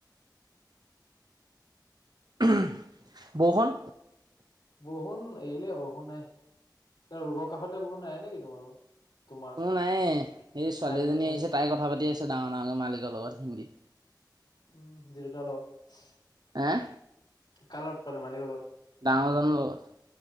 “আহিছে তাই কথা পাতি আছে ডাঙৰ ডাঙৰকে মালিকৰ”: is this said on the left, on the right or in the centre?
Right